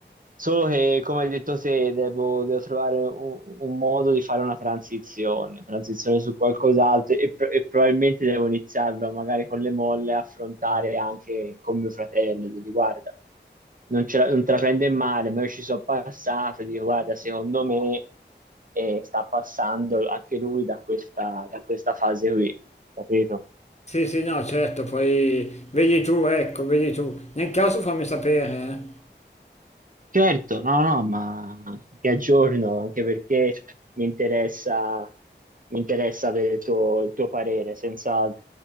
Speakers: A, on the right; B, on the left.
A: Solo che, come hai detto te, devo, devo trovare un, un modo di fare una transizione, transizione su qualcos'altro e, pro- e probabilmente devo iniziarlo magari con le molle a affrontare anche con mio fratello, di guarda non, ce la, non te la prende male, ma io ci sono passato, dico guarda, secondo me eh, sta passando anche lui da questa, da questa fase qui, capito?
B: Sì, sì, no, certo, poi vedi tu, ecco, vedi tu. Nel caso fammi sapere, eh.
A: Certo, no, no, ma ti aggiorno anche perché mi interessa, mi interessa avere il tuo, il tuo parere, senz'altro.